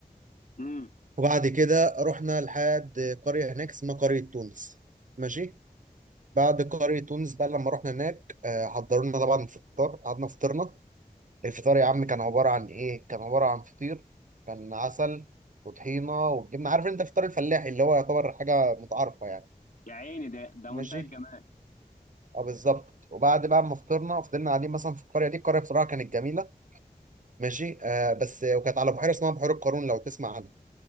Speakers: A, on the left; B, on the right.
A: امم
B: وبعد كده رحنا لحد قريه هناك اسمها قريه تونس ماشي بعد قريه تونس بقى لما رحنا هناك آه، حضروا لنا طبعا الفطار قعدنا فطرنا الفطار يا عم كان عباره عن ايه كان عباره عن فطير كان عسل وطحينه وجبنه عارف انت فطار الفلاحي اللي هو يعتبر حاجه متعارفه يعني
A: يا عيني ده ده منتهى
B: ماشي
A: الجمال
B: اه بالظبط وبعد بقى ما فطرنا فضلنا قاعدين مثلا في القريه دي القريه بصراحه كانت جميله ماشي آه بس وكانت على بحيره اسمها بحيره قارون لو تسمع عنها